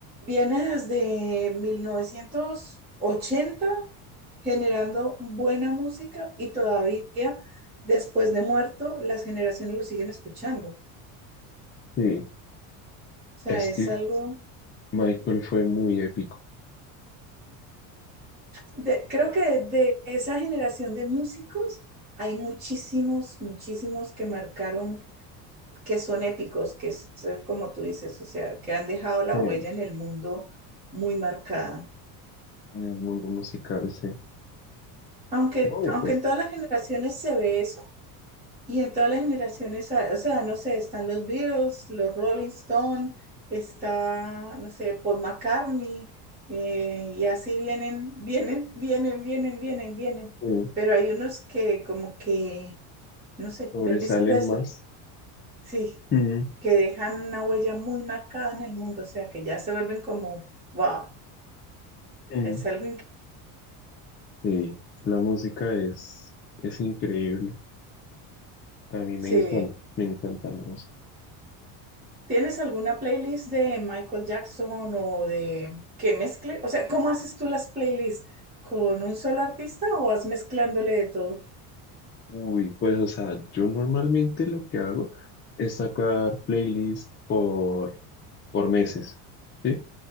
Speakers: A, on the right; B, on the left.
A: viene desde 1980 generando buena música y todavía después de muerto las generaciones lo siguen escuchando. O
B: Sí,
A: sea,
B: es
A: es
B: que
A: algo,
B: Michael fue muy épico
A: de- creo que de esa generación de músicos hay muchísimos, muchísimos que marcaron, que son épicos, que es eh, como tú dices, o sea, que han dejado la
B: eh,
A: huella en el mundo muy marcada.
B: en el mundo musical, sí.
A: Aunque,
B: No, y
A: aunque
B: pues
A: en todas las generaciones se ve eso, y en todas las generaciones, ah, o sea, no sé, están los Beatles, los Rolling Stones, está, no sé, Paul McCartney, eh, y así vienen, vienen, vienen, vienen, vienen, vienen.
B: <laughs> eh,
A: Pero hay unos que como que, no sé,
B: sobresalen
A: Elvis Presley,
B: más.
A: sí,
B: Mm,
A: que dejan una huella muy marcada en el mundo, o sea, que ya se vuelven como, wow,
B: mm.
A: es algo increíble.
B: Sí, la música es, es increíble. A mí me
A: Sí.
B: encanta, me encanta la música.
A: ¿Tienes alguna playlist de Michael Jackson o de que mezcle? O sea, ¿cómo haces tú las playlists? ¿Con un solo artista o vas mezclándole de todo,
B: Uy, pues, o sea, yo normalmente lo que hago es sacar playlists por, por meses, ¿sí?